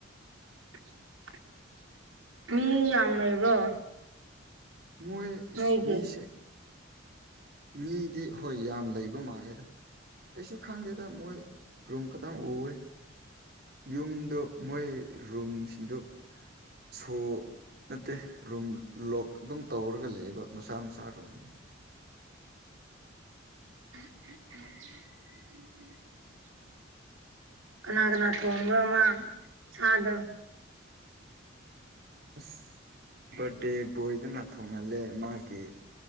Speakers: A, on the right (about 85°); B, on the right (about 50°).
A: <inaudible> ꯃꯤ ꯌꯥꯝ ꯂꯩꯕ꯭ꯔꯣ
B: ꯃꯣꯏ
A: ꯅꯣꯏꯒꯤ
B: ꯃꯤꯁꯦ ꯃꯤꯗꯤ ꯍꯣꯏ ꯌꯥꯝ ꯂꯩꯕ ꯃꯥꯜꯂꯦꯗ ꯑꯩꯁꯨ ꯈꯪꯗꯦꯗ ꯃꯣꯏ ꯔꯨꯝ ꯈꯛꯇꯪ ꯎꯋꯦ ꯌꯨꯝꯗꯨ ꯃꯣꯏ ꯔꯨꯝꯁꯤꯡꯗꯨ ꯁꯣ ꯅꯠꯇꯦ ꯔꯨꯝ ꯂꯣꯛ ꯗꯨꯝ ꯇꯧꯔꯒ ꯂꯩꯕ ꯃꯁꯥ ꯃꯁꯥ ꯔꯨꯝ
A: <inaudible> ꯀꯅꯥ ꯀꯅꯥ ꯊꯣꯡꯕ꯭ꯔꯣ ꯃꯥ ꯁꯥꯗꯪ
B: ꯑꯁ ꯕꯥꯔꯗꯦ ꯕꯣꯏꯗꯨꯅ ꯊꯣꯡꯍꯜꯂꯦ ꯃꯥꯒꯤ